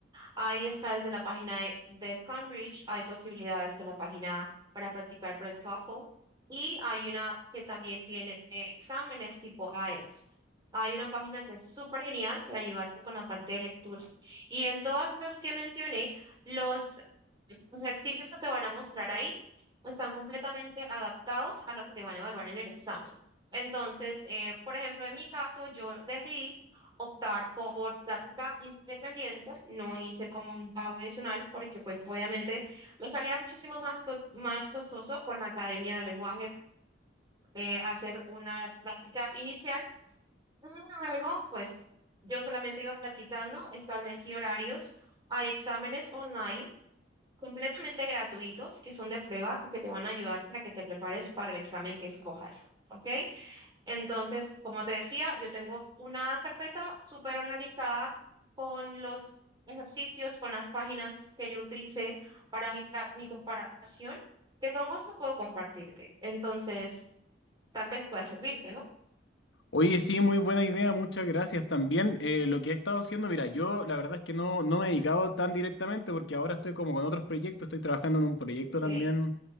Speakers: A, on the right (about 20°); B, on the left (about 70°).
A: Ahí está desde la página de, de Cambridge, hay posibilidades con la página para practicar para el TOEFL y hay una que también tiene eh, exámenes tipo IELTS. Hay una página que es súper genial para ayudarte con la parte de lectura. Y en todas esas que mencioné, los ejercicios que te van a mostrar ahí están completamente adaptados a lo que te van a evaluar en el examen. Entonces, eh, por ejemplo, en mi caso, yo decidí optar por práctica independiente, no hice como un pago adicional porque pues obviamente me salía muchísimo más, co- más costoso con la academia de lenguaje eh, hacer una práctica inicial. Y Luego pues yo solamente iba practicando, establecí horarios, hay exámenes online completamente gratuitos que son de prueba y que te van a ayudar para que te prepares para el examen que escojas, ¿ok? Entonces, como te decía, yo tengo una carpeta súper organizada con los ejercicios, con las páginas que yo utilicé para mi, pra- mi preparación, que con gusto puedo compartirte. Entonces, tal vez pueda servirte, ¿no?
B: Oye, sí, muy buena idea, muchas gracias. También eh, lo que he estado haciendo, mira, yo la verdad es que no, no me he dedicado tan directamente porque ahora estoy como con otros proyectos, estoy trabajando en un proyecto
A: Ok.
B: también